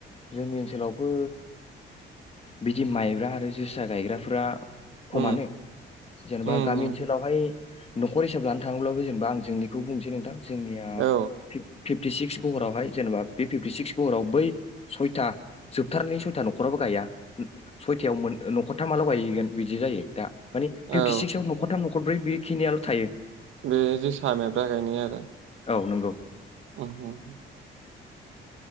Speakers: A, on the left; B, on the right.
A: जोंनि ओनसोलावबो बिदि माइब्रा आरो जोसा गायग्राफोरा खमानो
B: उम
A: जेनेबा
B: उम
A: गामि
B: उम
A: ओनसोलावहाय नखर हिसाब लानो थाङोब्लाबो जेनेबा आं जोंनि खौ बुंनोसै नोंथां जोंनिया
B: औ
A: फिफ्टि सिक्स गहराव हाय जेनेबा बे फिफ्टिसिक्स गहराव बै सयथा जोबथारनायनि सयथा नखराबो गाया सयथायाव मोन ओ नखरथामा ल गाय गोन बिदि जायो दा माने फिफ्टिक्सआव
B: औ
A: नखर थाम न खरब्रै बेखिनियाल थायो
B: बे जोसा मायब्रा गायनाय आरो
A: औ नंगौ
B: उम उम